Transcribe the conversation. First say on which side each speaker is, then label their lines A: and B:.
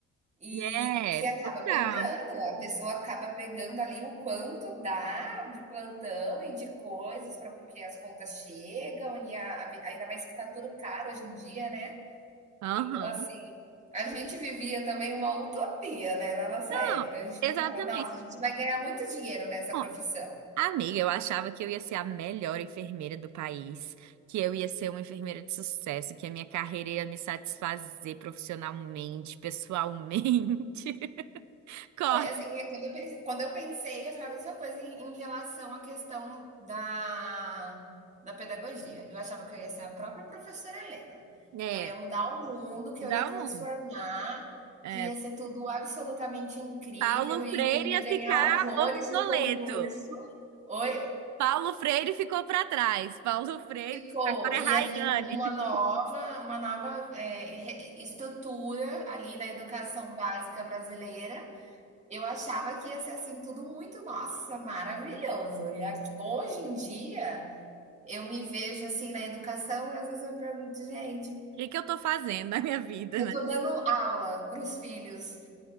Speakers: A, on the right; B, on the right.
A: e
B: É,
A: que acaba
B: total.
A: pegando. A pessoa acaba pegando ali o quanto dá de plantão e de coisas, para porque as contas chegam, e a- a vi- ainda mais que tá tudo caro hoje em dia, né?
B: Aham.
A: Então, assim, A gente vivia também uma utopia, né, na nossa
B: Não,
A: época. A gente
B: Exatamente.
A: pensava: "Nossa, a gente vai ganhar muito dinheiro nessa
B: Bom,
A: profissão".
B: amiga, eu achava que eu ia ser a melhor enfermeira do país, que eu ia ser uma enfermeira de sucesso, que a minha carreira ia me satisfazer profissionalmente, pessoalmente. <laughs> Corta.
A: Foi assim, é quando eu pensei quando eu pensei, foi a mesma coisa em em relação à questão da da pedagogia. Eu achava que eu ia ser a própria professora Helena,
B: É,
A: que eu ia mudar o mundo, que
B: dá
A: eu ia transformar,
B: um. é,
A: que ia ser tudo absolutamente incrível
B: Paulo
A: e
B: Freire
A: que eu ia
B: ia ficar
A: ganhar horrores
B: obsoleto.
A: no concurso. Oi?
B: Paulo Freire ficou para trás. Paulo Freire
A: Pô,
B: agora é
A: ia
B: Rayane.
A: vir uma nova,
B: <laughs>
A: uma nova é, re- estrutura ali na educação básica brasileira. Eu achava que ia ser assim tudo muito, nossa, maravilhoso. E aqui- hoje em dia eu me vejo assim na educação e às vezes eu me pergunto, gente,
B: O que é que eu tô fazendo na minha vida,
A: eu
B: né?
A: tô dando aula para os filhos